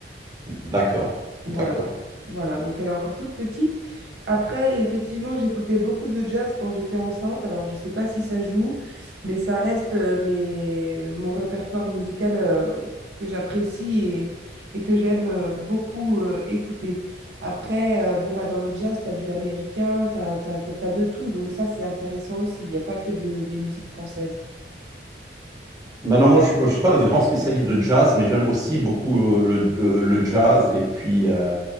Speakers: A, on the right; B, on the right.
A: D'accord,
B: Voilà.
A: d'accord.
B: Voilà, donc elle est encore toute petite. Après, effectivement, j'écoutais beaucoup de jazz quand j'étais enceinte. Alors, je ne sais pas si ça joue, mais ça reste euh, mes- mon répertoire musical euh, que j'apprécie et, et que j'aime euh, beaucoup euh, écouter. Après, euh, bon, bah, dans le jazz, tu as du américain, tu as, de tout. Donc ça, c'est intéressant aussi. Il n'y a pas que de- des musiques françaises.
A: Maintenant, moi, je ne suis, moi, je suis pas un grand spécialiste de jazz, mais j'aime aussi beaucoup euh, le, le- le jazz et puis euh,